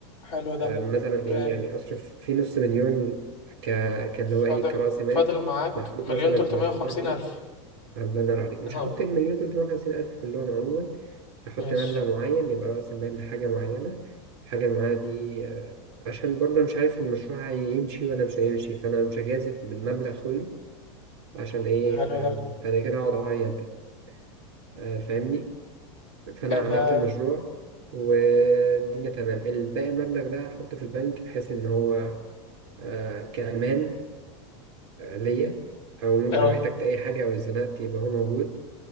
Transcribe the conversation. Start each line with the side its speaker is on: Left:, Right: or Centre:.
Left: حلو ده
Right: آه مثلا
Left: ب...
Right: ايه يعني اصرف في نص مليون ك كان اللي هو ايه
Left: فاضل
Right: كرأس مال
Left: فاضل معاك
Right: محطوط
Left: مليون
Right: مثلا
Left: تلتمية
Right: في مشروع
Left: وخمسين
Right: ما
Left: ألف
Right: الله ينور عليك مش
Left: اهو
Right: هحط المليون تلتمية وخمسين ألف كلهم عموما هحط
Left: ماشي
Right: مبلغ معين يبقى رأس المال لحاجة معينة الحاجة المعينة دي آه، عشان برضه مش عارف المشروع هيمشي ولا مش هيمشي فأنا مش هجازف بالمبلغ كله عشان إيه
Left: حلو
Right: آه،
Left: ده
Right: بعد كده أقعد أعيط بقى آه، فاهمني فأنا
Left: ايه ده
Right: عملت المشروع والدنيا تمام الباقي المبلغ ده هحطه في البنك بحيث إن هو آه، كأمان آه، ليا أو
Left: اهو
Right: لو احتجت أي حاجة أو اتزنقت يبقى هو موجود